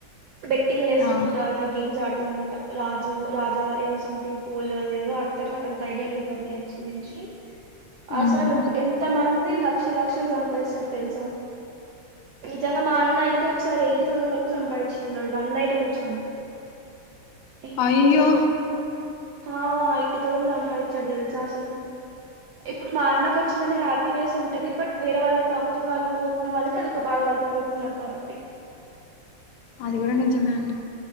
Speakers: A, on the right; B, on the left.
A: బెట్టింగ్లు ఎసుకుంటా
B: ఆ.
A: అట్లా గేమ్స్ ఆడ అనమాట రాజు రాజా ఏదో సంథింగ్ పోల్ అదేదో ఆడతారు నాకు అంత ఐడియా లేదు ఆ గేమ్స్ గురించి
B: మ్మ్
A: అ అసలు ఎంత మంది లక్షలక్షలు సంపాదిస్తారు తెలుసా నిజంగా మా అన్న అయితే ఒకసారి ఎయిటీ థౌసండ్ వరకు సంపాదించింది వన్ నైట్ కూర్చొని ఎయిటీ
B: అయ్యో
A: థౌజండ్ హ ఎయిటీ థౌజండ్ సంపండించాడు తెలుసా అసలు ఇప్పుడు మా అన్నకు వచ్చిందని హ్యాపీనెస్ ఉంటది బట్ వేరే వాళ్ళకి ఆపోజిట్ వాళ్ళ పోగొట్టుకున్న వాళ్ళకి అది ఒక బాధ వాలు పోగొట్టుకున్నారు కాబట్టి
B: అది కూడా నిజమే అండి